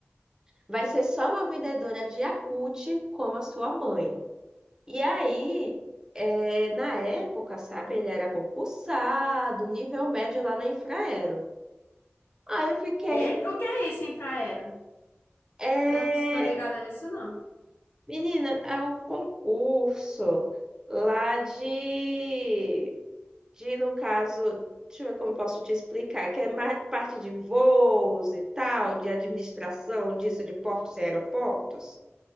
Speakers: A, on the right; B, on the left.
A: Vai ser só uma vendedora de Yakult como a sua mãe. E aí, é, na época, sabe, ele era concursado, nível médio lá na Infraero. Aí eu fiquei,
B: Eita, o que é isso, infraero?
A: é,
B: Eu não tô ligada nisso, não.
A: menina, é um concurso lá de, de, no caso, deixa eu ver como eu posso te explicar, que é mais parte de voos e tal, de administração disso, de portos e aeroportos,